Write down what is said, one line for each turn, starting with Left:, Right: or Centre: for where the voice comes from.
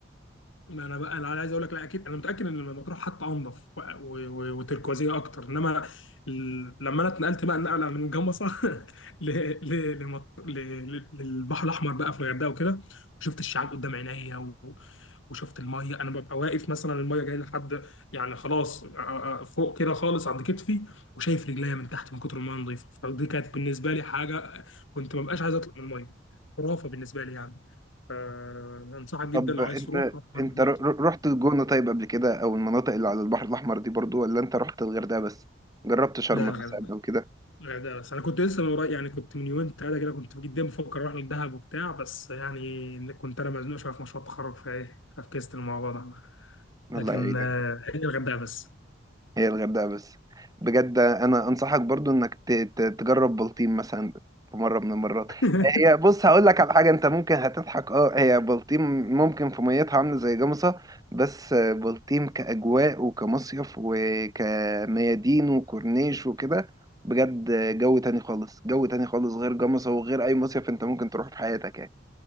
Left: ما انا بقى انا عايز اقول لك لا اكيد انا متاكد ان مطروح حتى انضف و- و- و- وتركوازيه اكتر انما ال- لما انا اتنقلت بقى النقله من جمصه <laughs> ل- ل- لمط- ل- ل- للبحر الاحمر بقى في الغردقه وكده وشفت الشعاب قدام عينيا و- وشفت الميه انا ببقى واقف مثلا الميه جايه لحد يعني خلاص ع- ع- فوق كده خالص عند كتفي وشايف رجليا من تحت من كتر الميه نظيفه فدي كانت بالنسبه لي حاجه كنت ما بقاش عايز اطلع من الميه خرافه بالنسبه لي يعني آه، انصحك جدا
Right: طب
Left: لو
Right: انت
Left: عايز تروح روح جرب
Right: انت
Left: ميه
Right: ر- ر- رحت الجونة طيب قبل كده او المناطق اللي على البحر الاحمر دي برضو ولا انت رحت الغردقة بس جربت شرم
Left: لا الغردقة
Right: مثلا او كده
Left: الغردقة بس أنا كنت لسه من قريب يعني كنت من يومين تلاتة كده كنت جدا بفكر أروح للدهب وبتاع بس يعني كنت أنا مزنوق شوية في مشروع التخرج فإيه ففكست الموضوع ده
Right: الله
Left: لكن
Right: يعيدك
Left: آه، هي الغردقة بس
Right: هي الغردقة بس بجد انا انصحك برضو انك ت- ت- تجرب بلطيم مثلا في مرة من المرات
Left: <laughs>
Right: هي بص هقول لك على حاجة انت ممكن هتضحك اه هي بلطيم ممكن في ميتها عاملة زي جمصة بس بلطيم كأجواء وكمصيف وكميادين وكورنيش وكده بجد جو تاني خالص جو تاني خالص غير جمصة وغير اي مصيف انت ممكن تروح في حياتك يعني